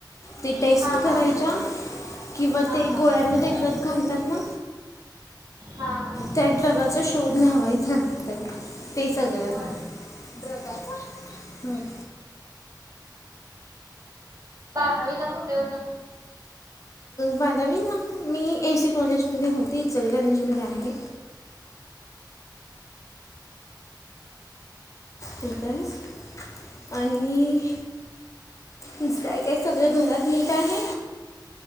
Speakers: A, on the left; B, on the right.
A: ते टेस्ट
B: हा
A: करायच्या
B: हा
A: किंवा
B: हा
A: ते
B: हा
A: गोळ्यांमध्ये
B: हे काय
A: कक घालतात ना
B: हा हा
A: त्याच जगाचा शोध लावायचा असत ते सगळ्या
B: होय
A: ब्रगाचा हम्
B: बारावी ला कुठे होतं
A: बधावी ना मी ए सी कॉलेजमध्ये होते इचलकरंजमध्ये आहे ठीक आहेच आणि नुसतय काय सगळे घरात नीट आहे